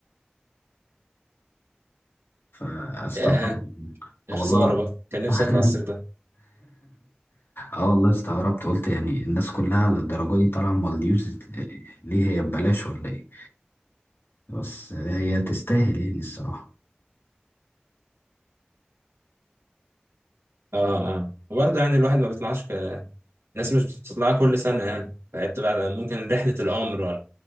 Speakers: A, on the left (about 65°); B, on the right (about 80°).
A: فاستغربت
B: ياه، يا
A: آه والله
B: خسارة
A: لا
B: بقى كان نفسي
A: <laughs>
B: أطلع الصيف ده
A: اه والله استغربت قلت يعني الناس كلها للدرجة دي طالعة مالديفز ليه هي ببلاش ولا ايه بس هي تستاهل يعني الصراحة
B: اه اه وبرضه يعني الواحد ما بيطلعش ك... الناس مش بتطلع كل سنة يعني فهي بتبقى ممكن رحلة العمر